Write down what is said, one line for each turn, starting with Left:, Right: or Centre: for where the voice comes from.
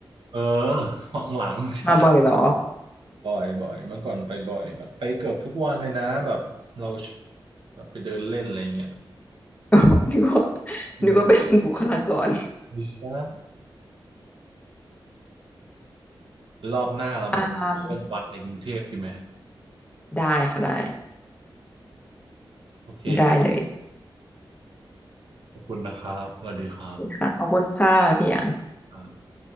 Right: เออ <laughs> ของหลังใช่
Left: <laughs> มาบ่อยเหรอ
Right: บ่อยบ่อยเมื่อก่อนไปบ่อยแบบไปเกือบทุกวันเลยนะแบบเราแบบไปเดินเล่นอะไรเงี้ย
Left: <laughs> นึกว่า
Right: อืม
Left: นึกว่าเป็นบุคลากร
Right: ไม่ใช่รอบหน้าเรามาคุยเรื่องวัดในกรุงเทพดีไหม
Left: อ่าได้ค่ะได้
Right: โอเคครับ
Left: ได้เลย
Right: ขอบคุณนะครับสวัสดีครับ
Left: ค่ะขอบคุณค่ะพี่หยาง
Right: ครับ